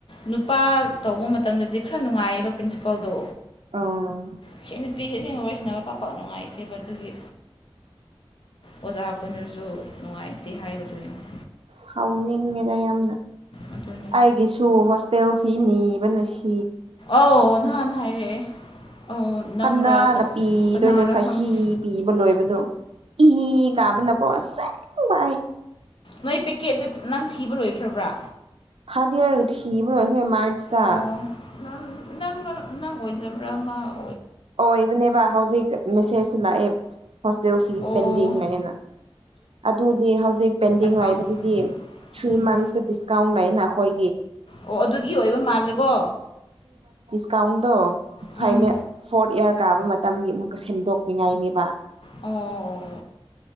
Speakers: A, on the left (about 60°); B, on the right (about 80°).
A: ꯅꯨꯄꯥ ꯇꯧꯕ ꯃꯇꯝꯗꯗꯤ ꯈꯔ ꯅꯨꯡꯉꯥꯏ ꯉꯥꯏꯕ ꯄ꯭ꯔꯤꯟꯁꯤꯄꯜꯗꯣ
B: ꯑꯥ
A: ꯁꯤ ꯅꯨꯄꯤꯁꯦ ꯑꯁꯦꯡꯕ ꯋꯥꯔꯤ ꯁꯥꯅꯕ ꯄꯥꯛ ꯄꯥꯛ ꯅꯨꯡꯉꯥꯏꯇꯦꯕ ꯑꯗꯨꯒꯤ ꯑꯣꯖꯥ ꯈꯣꯏꯅꯁꯨ ꯅꯨꯡꯉꯥꯏꯇꯦ ꯍꯥꯏꯕꯗꯨ ꯌꯦꯡꯉꯨ
B: ꯁꯥꯎꯅꯤꯡꯉꯦꯗꯥ ꯌꯥꯝꯅ
A: ꯑꯗꯨꯅꯦ
B: ꯑꯩꯒꯤꯁꯨ ꯐꯤ ꯅꯤꯕꯅ ꯁꯤ
A: ꯑ ꯅꯍꯥꯟ ꯍꯥꯏꯔꯛꯑꯦ ꯑꯧ ꯅꯪꯔꯥ
B: ꯀꯅꯥ ꯄꯤꯗꯣꯢꯅꯣ
A: ꯀꯅꯥꯔꯥ
B: ꯆꯍꯤ
A: ꯈꯪꯗꯦ
B: ꯄꯤꯕ ꯂꯣꯏꯕ ꯗꯣ ꯏꯏ ꯀꯥꯕꯅꯀꯣ ꯑꯁꯦꯡꯕ ꯑꯩ
A: ꯅꯣꯏ ꯄꯦꯛꯀꯦꯠꯇ ꯅꯪ ꯊꯤꯕ ꯂꯣꯏꯈ꯭ꯔꯕ꯭ꯔꯥ
B: <unintelligible> ꯊꯤꯕ <unintelligible> ꯃꯥꯔꯆꯗ
A: ꯑꯣ ꯅꯪ ꯅꯪ ꯅꯪ ꯑꯣꯏꯖꯕ꯭ꯔꯥ ꯑꯃ
B: ꯑꯣꯏꯕꯅꯦꯕ ꯍꯧꯖꯤꯛ ꯃꯦꯁꯦꯖꯁꯨ ꯂꯥꯛꯑꯦ ꯍꯣꯁꯇꯦꯜ ꯐꯤꯁ
A: ꯑꯣ
B: ꯄꯦꯟꯗꯤꯡ ꯂꯩꯅ ꯑꯗꯨꯗꯤ ꯍꯧꯖꯤꯛ ꯄꯦꯟꯗꯤꯡ
A: ꯑꯦꯀꯥꯎꯟ
B: ꯂꯩꯕꯗꯨꯗꯤ ꯊ꯭ꯔꯤ
A: ꯎꯝ
B: ꯃꯟꯁꯇ ꯗꯤꯁꯀꯥꯎꯟ ꯂꯩꯅ ꯑꯩꯈꯣꯏ
A: ꯑꯣ ꯑꯗꯨꯒꯤ ꯑꯣꯏꯕ ꯃꯥꯜꯂꯦꯀꯣ
B: ꯑꯦꯀꯥꯎꯟꯗꯣ ꯐꯥꯏꯅꯦ
A: ꯎꯝ
B: ꯌꯔ ꯀꯥꯕ ꯃꯇꯝꯒꯤ ꯑꯃꯨꯛꯀ ꯁꯦꯝꯗꯣꯛꯅꯤꯡꯉꯥꯏꯅꯦꯕ
A: ꯑꯣ